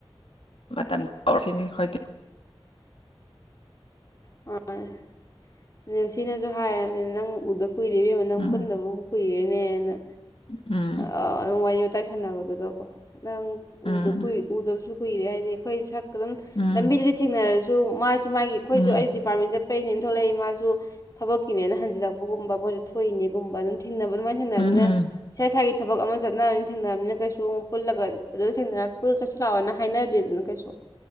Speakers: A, on the left; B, on the left.
A: ꯃꯇꯝ <unintelligible> ꯈꯣꯏꯗꯤ
B: ꯍꯣꯏ ꯅꯦꯁꯤꯅꯁꯨ ꯍꯥꯏꯔ ꯅꯪ ꯎꯗ ꯀꯨꯏꯔꯦ ꯏꯕꯦꯝꯃ ꯅꯪ
A: ꯎꯝ
B: ꯄꯨꯟꯗꯕꯕꯨ ꯀꯨꯏꯔꯦꯅꯦꯅ
A: ꯎꯝ
B: ꯑꯥ ꯅꯪ ꯋꯥꯔꯤ ꯇꯥꯏꯁꯥꯟꯅꯕꯗꯨꯗꯀꯣ ꯅꯪ
A: ꯎꯝ
B: ꯎꯗ ꯎꯗꯕꯁꯨ ꯀꯨꯏꯔꯦ ꯍꯥꯏꯗꯤ ꯑꯩꯈꯣꯏ ꯁꯛ ꯑꯗꯨꯝ
A: ꯎꯝ
B: ꯂꯝꯕꯤꯗꯗꯤ ꯊꯦꯡꯅꯔꯁꯨ ꯃꯥꯁꯨ ꯃꯥꯒꯤ ꯑꯩꯈꯣꯏꯁꯨ
A: ꯎꯝ
B: ꯑꯩ ꯗꯤꯄꯥꯔꯠꯃꯦꯟ ꯆꯠꯄꯩꯅꯦꯟ ꯊꯣꯛꯂꯛꯏ ꯃꯥꯁꯨ ꯁꯨ ꯊꯕꯛꯀꯤꯅꯦꯅ ꯍꯟꯖꯤꯜꯂꯛꯄꯒꯨꯝꯕ ꯃꯣꯏꯁꯨ ꯊꯣꯛꯏꯅꯦꯒꯨꯝꯕ ꯑꯗꯨꯝ ꯊꯦꯡꯅꯕ ꯑꯗꯨꯃꯥꯏꯅ ꯊꯦꯡꯅꯕꯅꯤꯅ
A: ꯎꯝ ꯎꯝ
B: ꯏꯁꯥ ꯏꯁꯥꯒꯤ ꯊꯕꯛ ꯑꯃ ꯆꯠꯅꯕꯅꯤꯅ ꯊꯦꯡꯅꯔꯕꯅꯤꯅ ꯀꯩꯁꯨ ꯑꯃꯨꯛ ꯄꯨꯜꯂꯒ ꯑꯗꯨ ꯊꯦꯡꯅꯔ ꯄꯨꯜ ꯂꯥꯛꯑꯣꯅ ꯍꯥꯏꯅꯗꯦꯗꯅ ꯀꯩꯁꯨ